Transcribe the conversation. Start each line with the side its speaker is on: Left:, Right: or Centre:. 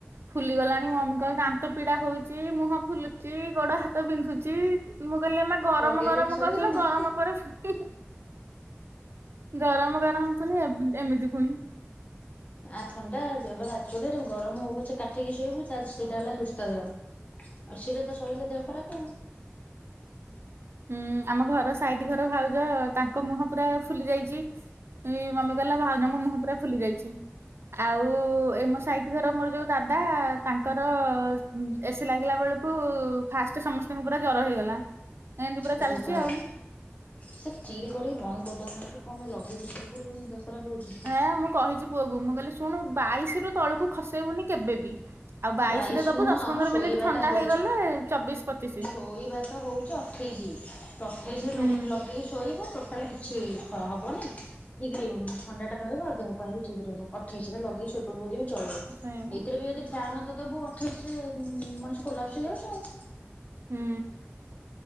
Right: ଫୁଲି ଗଲାଣି ମମିଙ୍କ ଦାନ୍ତ ପିଡା ହଉଚି ମୁହଁ ଫୁଲୁଚି ଗୋଡ ହାତ ବିନ୍ଧୁଚି ମୁଁ କହିଲି ଏ ମା ଗରମ
Left: ଲଗେଇ
Right: ଗରମ
Left: ଦେଇକି ଶୋଇଛନ୍ତି?
Right: କହିଲା ଗରମ ପରେ ଫୁଣି ଗରମ ଗରମ ପୁଣି ଏମିତି ପୁଣି।
Left: ଆ ଥଣ୍ଡା ଦେହର ଆଚୁଲି ଗରମ ହବ ପଛେ କାଠେଇକି ଶୋଇବୁ ସେଇଟା ହେଲା ସୁସ୍ତା ଦେହ। ଏ ସି ରେ ତ ସୋଇଲେ ଦେହ ଖରାପ ଆଉ
Right: ହୁଁ ଆମ ଘର ସାଇଠ ଘର ଭାଉଜ ତାଙ୍କ ମୁହଁ ପୁରା ଫୁଲି ଯାଇଚି। ଏଇ ମମି କହିଲା ଭାଉଜଙ୍କ ମୁହଁ ପୁରା ଫୁଲି ଯାଇଚି। ଆଉ ଏ ମୋ ସାଇଟ ଘର ମୋର ଯୋଉ ଦାଦା ତାଙ୍କର ଏସି ଲାଗିଲା ବେଳକୁ ଫାଷ୍ଟ ସମସ୍ତଙ୍କୁ ପୁରା ଜର ହେଇଗଲା। ଏମିତି
Left: <unintelligible>
Right: ପୁରା ଚାଲିଛି ଆଉ।
Left: ସେ ଚିଡ କରିକି ବନ୍ଦ କରିଦଉବାହାନ୍ତି କମେ ଲଗେଇକି ସେଇ ପଡୁଚନ୍ତି ଦେହ ଖରାପ ହୋଉଚି।
Right: ହଁ ମୁଁ କହିଛି ପୁଅକୁ ମୁଁ କହିଲି ଶୁଣ ବାଇଶି ରୁ ତଳକୁ ଖସେଇବୁନି କେବେବି। ଆଉ ବାଇଶ
Left: ବାଇଶି
Right: ରେ ଦବୁ
Left: ନୁହଁ
Right: ଦଶ ପନ୍ଦର
Left: ଶୋଇବାଟା
Right: ମିନିଟ ଥଣ୍ଡା
Left: ହଉଛି
Right: ହେଇଗଲେ ଚବିଶ ପଚିଶି
Left: ଶୋଇବା ତ ହଉଚି ଅଠେଇଶି ଅଠେଇଶି
Right: ହୁଁ
Left: ଲଗେଇକି ଶୋଇବ। ଟୋଟାଲେ କିଛି ଖ ହବନି। ଠିକ ରହିବନି ଥଣ୍ଡା ଟ ରହିବ ଦେହ କହ ଠିକ ରହିବ ଅଠେଇଶଟରେ ଲଗେଇ ଶୋ <unintelligible> ବି ଚଳିବ
Right: ସେଇବା।
Left: ଏଇଥିରେ ବି ଯଦି ଫ୍ୟାନ୍ ତ ଦେବୁ ଅଠେଇଶିରେ ଉ ମଣିଷ କୋଲାପସ ହେଇ ଯାଉଚି ଆଉ।
Right: ହୁଁ।